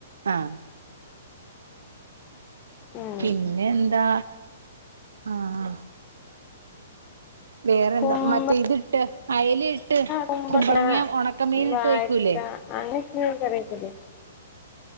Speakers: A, on the right; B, on the left.
A: ആ
B: ഉം
A: പിന്നെ എന്താ ആ ആ വേറെന്താ
B: കുമ്പളങ്ങ
A: മറ്റേ ഇതിട്ട് അയ്ല് ഇട്ട്
B: കുമ്പളങ്ങ
A: കുമ്പളങ്ങ്യ ഒണക്കമീന്ട്ട്
B: വാഴക്ക
A: വെയ്ക്കൂലേ
B: അങ്ങനെയൊക്കെ കറി വെക്കൂലേ